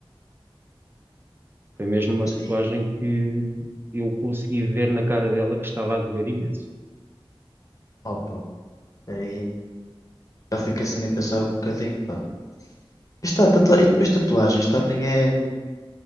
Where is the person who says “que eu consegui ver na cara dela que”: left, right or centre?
Right